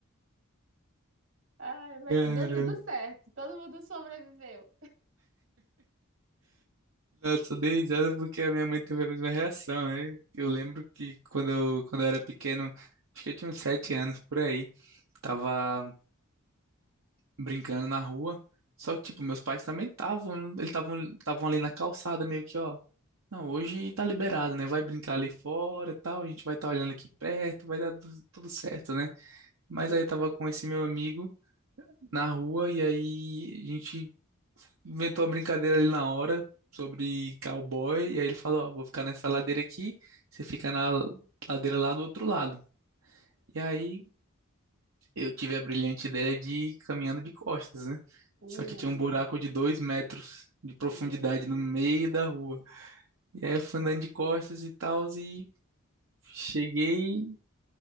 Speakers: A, on the right (about 65°); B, on the right (about 80°).
A: Ai, mas
B: Caramba.
A: deu tudo certo, todo mundo sobreviveu.
B: Não, eu só dei risada porque a minha mãe teve a mesma reação, né? Eu lembro que quando eu, quando eu era pequeno, acho que eu tinha uns sete anos por aí, tava brincando na rua. Só que, tipo, meus pais também estavam, eles estavam estavam ali na calçada, meio que, ó. Não, hoje tá liberado, né? Vai brincar ali fora e tal, a gente vai estar olhando aqui perto, vai dar tu- tudo certo, né? Mas
A: Sim.
B: aí eu tava com esse meu amigo na rua e aí a gente inventou uma brincadeira ali na hora sobre cowboy, e aí ele fala, ó, vou ficar nessa ladeira aqui, você fica na ladeira lá do outro lado. E aí eu tive a brilhante ideia de ir caminhando de costas, né?
A: Uh,
B: Só que tinha um buraco de dois metros de profundidade
A: meu Deus.
B: no meio da rua. E aí eu fui andando de costas e tal, e cheguei